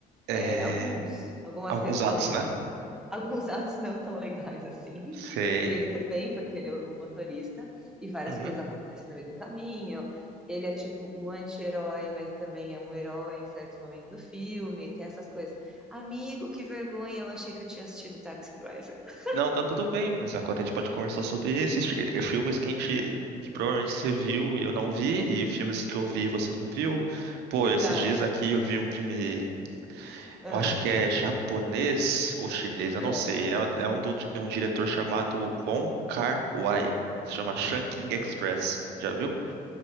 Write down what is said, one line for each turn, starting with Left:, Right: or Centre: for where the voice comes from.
Right: É.
Centre: é, alguns, algumas
Right: Alguns
Centre: questões,
Right: atos, né?
Centre: <laughs> alguns atos não tão legais assim.
Right: Sei.
Centre: E ele também, porque ele é o motorista, e várias
Right: Uhum.
Centre: coisas acontecem no meio do caminho. Ele é tipo um anti-herói, mas também é um herói em certos momentos do filme. Tem essas coisas. Amigo, que vergonha, eu achei que eu tinha assistido Taxi Driver. <laughs>
Right: Não, tá tudo bem, mas agora a gente pode conversar sobre esses fi- eh, filmes que a gente. que provavelmente você viu e eu não vi, e filmes que eu vi e você não viu. Pô,
Centre: Exato.
Right: esses dias aqui eu vi um filme.
Centre: Ah,
Right: Eu acho que é japonês ou chinês, eu não
Centre: ah.
Right: sei. É, é um do- de um diretor chamado Wong Kar-wai. Se chama Shanking Express. Já viu?